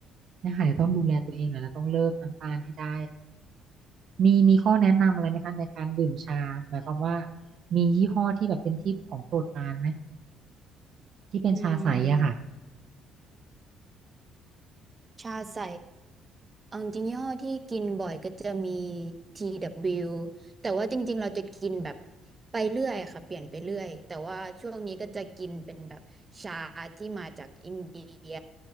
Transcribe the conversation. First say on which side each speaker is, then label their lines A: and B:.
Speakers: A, on the right; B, on the right.
A: เนยคะเดี๋ยวต้องดูแลตัวเองหน่อยแล้วต้องเลิกน้ำตาลให้ได้มีมีข้อแนะนำอะไรไหมคะในการดื่มชาหมายความว่ามียี่ห้อที่แบบเป็นที่ของโปรดปรานไหมที่เป็นชาใสอะค่ะ
B: อืมชาใสเอาจริงๆยี่ห้อที่กินบ่อยก็จะมี TW แต่ว่าจริงๆเราจะกินแบบไปเรื่อยอะค่ะเปลี่ยนไปเรื่อยแต่ว่าช่วงนี้ก็จะกินเป็นแบบชาที่มาจากอินเดีย